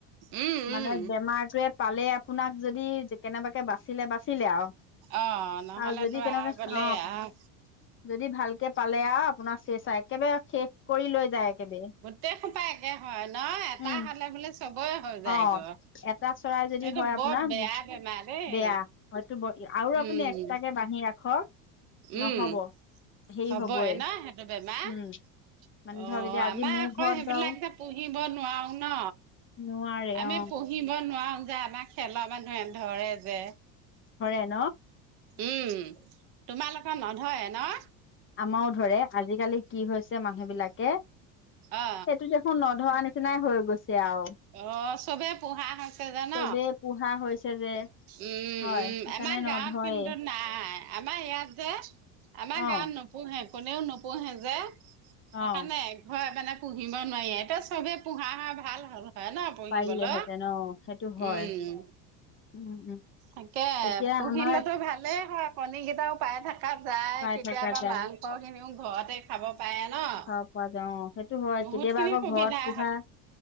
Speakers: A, on the right; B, on the left.
A: উম,
B: মানে
A: উম।
B: বেমাৰটোৱে পালে আপোনাক যদি কেনেবাকে বাচিলে বাচিলে আৰু।
A: অ', নহ'লেতো
B: আৰু যদি কেনেককে
A: আৰু গ'লেই
B: অ'
A: আৰু।
B: যদি ভালকে পালে আৰু আপোনাৰ চেচাই একেবাৰে শেষ কৰি লৈ যায় একেবাৰে।
A: দেশখন পাইগে হয় ন এটা
B: উম
A: হলে বোলে চবেই হৈ যায়
B: অ
A: গ
B: এটা চৰাই যদি
A: এইটো
B: হয়
A: বৰ
B: আপোনাৰ
A: বেয়া। বেমাৰ দেই,
B: বেয়া হয়তো আৰু
A: উম,
B: আপুনি এক্সট্ৰাকে বান্ধি ৰাখক নহব
A: উম।
B: হেৰি
A: হ'বয়
B: হবই
A: নহ সেইটো বেমাৰ,
B: উম মানে
A: অ'
B: ধৰক এতিয়া আজি
A: আমাৰ
B: মোৰ ঘৰত
A: অ' সেইবিলাক
B: বাৰু
A: যে পুহিব নোৱাৰো ন,
B: নোৱাৰে
A: আমি
B: অ
A: পুহিব নোৱাৰো যে আমাক খেলা মানুহে ধৰে যে,
B: ধৰে ন
A: উম, তোমালোক নধৰে ন।
B: আমাৰও ধৰে আজিকালি কি হৈছে মানুহ বিলাকে,
A: অ
B: সেইটো মোৰ নধৰা নিচিনাই হৈ গৈছে আৰু।
A: অ' চবে পোহা হৈছে জ
B: চবেই
A: ন।
B: পোহা হৈছে যে
A: উম
B: হয়
A: উম,
B: সেইকাৰণে
A: আমাৰ
B: নধৰেই।
A: গাঁৱত কিন্তু নাই আমাৰ ইয়াত যে আমাৰ
B: অ',
A: গাঁৱত নোপোহে কোনেও নোপোহে যে,
B: অ'।
A: সেইকাৰণে হয়, মানে পুহিব নোৱাৰিে তো চবে পোহা হ ভাল হ'ল হয় ন। পুহিবলৈ
B: পাৰিলেহেঁতেন ন সেইটো, হয়
A: উম
B: উম উম।
A: তাকে
B: এতিয়া
A: পুহিলেতো
B: আমাৰ
A: ভালে হয়, কণী কেইটাও পাই থাকে। যায়
B: পাই
A: কেতিয়াবা
B: থকা যায়
A: মাংস খিনিও ঘৰতে খাব পাৰে ন।
B: খাব পোৱা যা অ' সেইটো হয়
A: বহুত
B: কেতিয়াবা
A: খিনি
B: আকৌ
A: সুবিধা
B: ঘৰত পোহা হয়